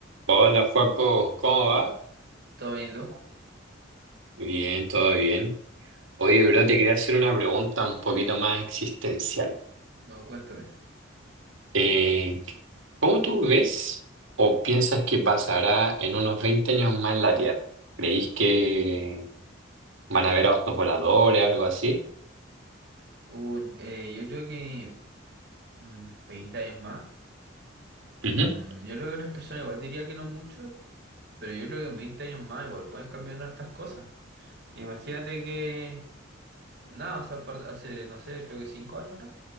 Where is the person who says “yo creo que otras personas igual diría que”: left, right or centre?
Right